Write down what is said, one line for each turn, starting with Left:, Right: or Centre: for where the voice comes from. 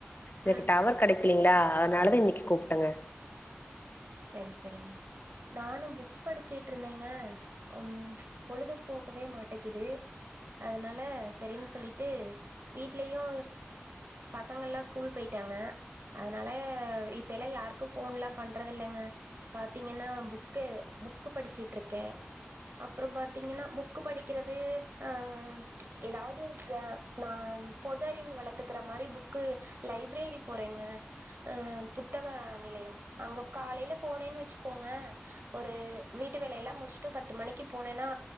Left: எனக்கு
Right: ம்
Left: டவர் கெடைக் கிங்களா அதனாலதா இன்னைக்கு கூப்ட்டேங்க
Right: சரி சரிங்க நானு புக் படிச்சுட்ருந்தேங்க உம் பொழுது போகவே மாட்டேக்குது அதனால சரின் சொல்லிட்டு வீட்லயு பசங்கள்லா ஸ்கூல் போயிட்டாங்க அதனால இப்ப எல்லா யாருக்கு போன்ல்லா பண் ன்றதில்லைங்க பாத்தீங்கன்னா புக்கு புக்கு படிச்சட்ருக்கே அப்புறம் பாத்தீங்கன்னா புக்கு படிக்கிறது அ ஏதாவது அ ந பொது அறிவு வளத்துக்கற மாரி புக்கு லைப்ரரி போறேங்க அ புத்தக நிலையம் அங்க காலையில போனேன் வச்சுக்கோங்க ஒரு வீட்டு வேலையெல்லா முடிச்சுட்டு பத்து மணிக்கு போனேன்னா